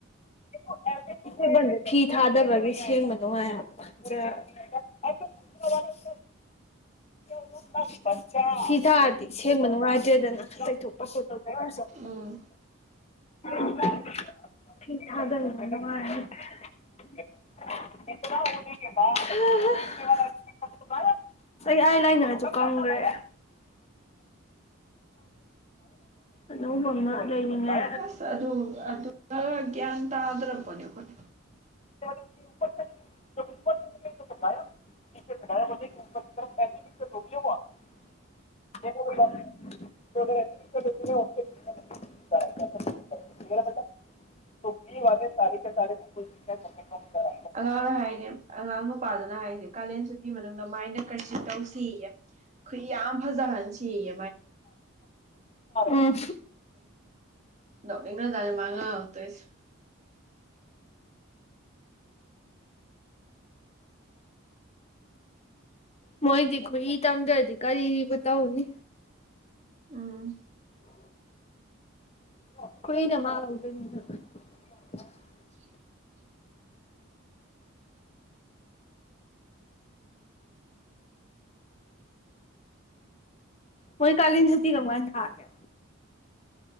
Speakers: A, on the left; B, on the right.
A: <unintelligible> ꯂꯣꯏ ꯁꯦꯡꯕ <inaudible> <unintelligible>
B: ꯎꯝ
A: <unintelligible> ꯑꯅꯧꯕ ꯑꯃ ꯂꯩꯅꯤꯡꯉꯦ
B: ꯑꯁ ꯑꯗꯨ ꯑꯗꯨꯒ ꯒ꯭ꯌꯥꯟ ꯇꯥꯗ꯭ꯔꯥꯄꯣꯠꯅꯤ ꯑꯈꯣꯏ
A: <unintelligible> <inaudible>
B: ꯑꯉꯥꯡꯅ ꯍꯥꯏꯅꯦ ꯉꯍꯥꯟꯃꯨꯛ ꯅꯨꯄꯥꯗꯨꯅ ꯍꯥꯏꯅꯦ ꯀꯥꯂꯦꯟ ꯁꯨꯠꯇꯤ ꯃꯇꯝꯗ ꯃꯥꯏꯅ ꯀꯔꯆꯤꯞ ꯇꯧꯁꯤꯌꯦ ꯈꯨꯏ ꯌꯥꯝ ꯐꯖꯍꯟ <inaudible> ꯑꯗꯒꯤ
A: ꯎꯝ
B: ꯅꯣꯛꯅꯤꯡꯒ꯭ꯔ ꯖꯥꯠꯅꯤ ꯃꯥ ꯉꯥꯡꯉꯛ ꯇꯣꯏꯁꯦ
A: ꯃꯣꯏꯗꯤ ꯈꯨꯏ ꯇꯝꯗꯗꯤ ꯀꯔꯤꯕꯨ ꯇꯧꯅꯤ
B: ꯎꯝ
A: <unintelligible>
B: <inaudible>
A: ꯃꯣꯏ ꯀꯥꯂꯦꯟ ꯁꯨꯇꯤ ꯀꯝꯀꯥꯟ ꯊꯥꯒꯦ